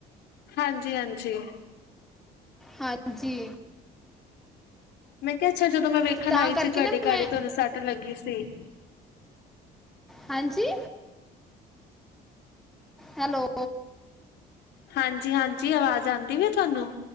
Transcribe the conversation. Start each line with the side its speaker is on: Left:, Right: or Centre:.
Left: ਹਾਂਜੀ ਹਾਂਜੀ
Centre: ਹਾਂਜੀ
Left: ਮੈਂ ਕਿਹਾ ਅੱਛਾ ਜਦੋਂ ਮੈਂ ਵੇਖਣ
Centre: ਤੇ ਤਾਂ
Left: ਆਈ
Centre: ਕਰਕੇ
Left: ਸੀ ਤੁਹਾਡੇ
Centre: ਨਾ ਮੈਂ
Left: ਘਰ ਹੀ, ਤੁਹਾਨੂੰ ਸੱਟ ਲੱਗੀ ਸੀ।
Centre: ਹਾਂਜੀ, ਹੈਲੋ
Left: ਹਾਂਜੀ ਹਾਂਜੀ, ਆਵਾਜ਼ ਆਉਂਦੀ ਵ ਤੁਹਾਨੂੰ